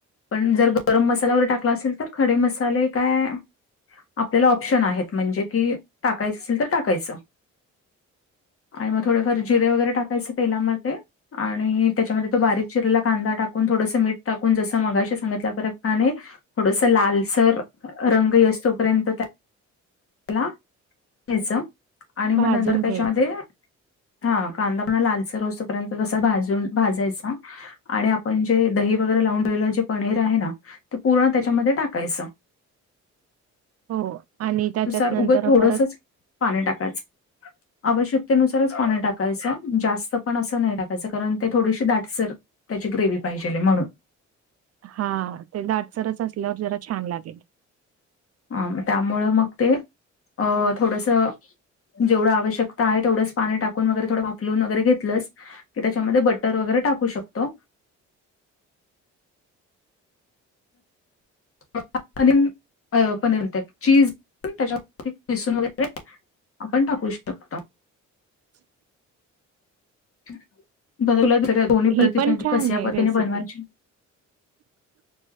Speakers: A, on the left; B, on the right.
A: पण जर गरम मसाला वगैरे टाकला असेल तर, खडे मसाले काय आपल्याला ऑप्शन आहेत, म्हणजे की टाकायच असेल तर टाकायचं. आणि मग थोडेफार जिरे वगैरे टाकायचं तेलामध्ये. आणि त्याच्यामध्ये तो बारीक चिरलेला कांदा टाकून, थोडसं मीठ टाकून, जसं मगाशी सांगितल्या प्रमाणे थोडस लालसर रंग येऊसपर्यंत त्याला घ्यायच, आणि मग
B: भाजून
A: नंतर त्याच्यामध्ये
B: घ्यायचं.
A: हा, कांदा पण लालसर होऊसपर्यंत जसा भाजून भाजायचा. आणि आपण जे दही वगैरे लावून ठेलेलं जे पनीर आहे ना, ते पूर्ण त्याच्यामध्ये टाकायचं.
B: हो, आणि त्याच्यात
A: नुसार
B: नंतर
A: उगं थोडसच
B: परत
A: पाणी टाकायचं. आवश्यकतेनुसारच पाणी टाकायचं, जास्त पण असं नाही टाकायचं, कारण ते थोडीशी दाटसर त्याची गग्रेव्ही पाहिजे म्हणून
B: हा, ते दाटसरच असल्यावर जरा छान लागेल.
A: हा, त्यामुळं मग ते अ थोडस जेवढं आवश्यक आहे, तेवढच पाणी टाकून वगैरे, थोड वाफलून वगैरे घेतलंस की, त्याच्यामध्ये बटर वगैरे टाकू शकतो. <unintelligible> पनीर त्या, चीज त्याच्या. वरती पिसून वगैरे आपण टाकू शकतो.
B: <inaudible>
A: <unintelligible> दोन्ही
B: ही
A: प्रति
B: पण
A: <unintelligible>
B: छान
A: कश्या
B: आहे
A: पद्धतीने
B: रेसिपी
A: बनवायच्या
B: <inaudible>